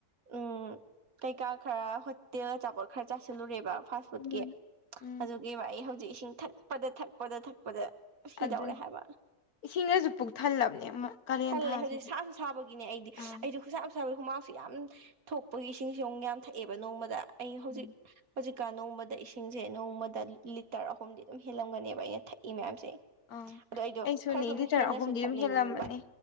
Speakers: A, on the right; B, on the left.
A: ꯎꯝ ꯀꯩꯀꯥ ꯈꯔ ꯍ ꯇꯦꯜ ꯑꯆꯥꯄꯣꯠ ꯈꯔ ꯆꯥꯁꯤꯜꯂꯨꯔꯦꯕ ꯐꯥꯁ ꯐꯨꯗꯀꯤ
B: ꯎꯝ ꯎꯝ
A: ꯑꯗꯨꯒꯤꯕ ꯑꯩ ꯍꯧꯖꯤꯛ ꯏꯁꯤꯡ ꯊꯛꯄꯗ ꯊꯛꯄꯗ ꯊꯛꯄꯗ ꯁꯤꯗꯧꯔꯦ
B: ꯑꯗꯨ
A: ꯍꯥꯏꯕ
B: ꯏꯁꯤꯡꯗꯁꯨ ꯄꯨꯛꯊꯜꯂꯕꯅꯦ ꯀꯥꯂꯦꯟ
A: ꯊꯜꯂꯦ
B: ꯊꯥꯁꯤꯗꯤ
A: ꯍꯧꯖꯤꯛ ꯁꯥꯁꯨ ꯁꯥꯕꯒꯤꯅꯦ ꯑꯩꯗꯤ
B: ꯑꯥ
A: ꯑꯩꯗꯤ ꯈꯨꯠꯁꯥꯁꯥꯕꯒꯤ ꯍꯨꯃꯥꯡꯁꯨ ꯌꯥꯝ ꯊꯣꯛꯄꯒꯤ ꯏꯁꯤꯡꯁꯨ ꯑꯃꯨꯛ ꯌꯥꯝ ꯊꯛꯑꯦꯕ ꯅꯣꯡꯃꯗ ꯑꯩ ꯍꯧꯖꯤꯛ
B: ꯎꯝ
A: ꯍꯧꯖꯤꯛ ꯀ ꯅꯣꯡꯃꯗ ꯏꯁꯤꯡꯁꯦ ꯅꯣꯡꯃꯗ ꯂꯤꯇꯔ ꯑꯍꯨꯝꯗꯤ ꯑꯗꯨꯝ ꯍꯦꯜꯂꯝꯒꯅꯦꯕ ꯑꯩꯅ ꯊꯛꯏ ꯃꯌꯥꯝꯁꯦ
B: ꯑꯥ
A: ꯑꯗꯨ ꯑꯩꯗꯣ
B: ꯑꯩꯁꯨꯅꯦ
A: ꯈꯔ ꯑꯗꯨꯝ
B: ꯂꯤꯇꯔ
A: ꯍꯦꯟꯅꯁꯨ
B: ꯑꯍꯨꯝꯗꯤ
A: ꯊꯛꯅꯤꯡꯅꯤꯡꯕ
B: ꯑꯗꯨꯝ ꯍꯦꯜꯂꯝꯃꯅꯤ